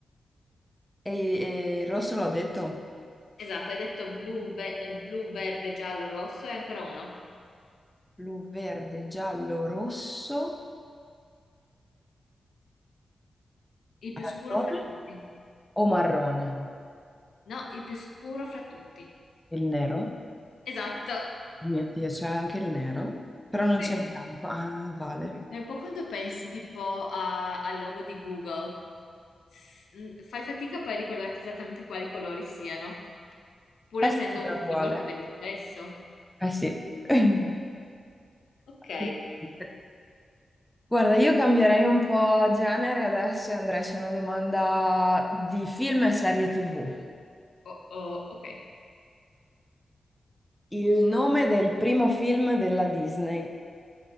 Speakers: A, in the centre; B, on the left (about 85°).
A: e, e il rosso l'ho detto.
B: Esatto, hai detto blu, ve- eh, blu, verde, giallo, rosso e ancora uno.
A: Blu, verde, giallo, rosso,
B: Il più
A: marrone
B: scuro fra tutti.
A: o marrone?
B: No, il più scuro fra tutti.
A: Il nero?
B: Esatto.
A: Mio Dio, c'è anche il nero, però non
B: Sì.
A: c'è il bianco. Ah, vale.
B: È un po' quando pensi tipo a- al logo di Google. S- mh, fai fatica poi a ricordarti esattamente quali colori siano, pur
A: Eh
B: essendo
A: sì. Allora
B: un simbolo
A: Vale.
B: che vedi spesso.
A: Eh sì. <laughs>
B: Ok.
A: Assolutamente. Guarda, io cambierei un po' genere adesso e andrei su una domanda di film e serie TV.
B: Oh, oh, ok.
A: Il nome del primo film della Disney.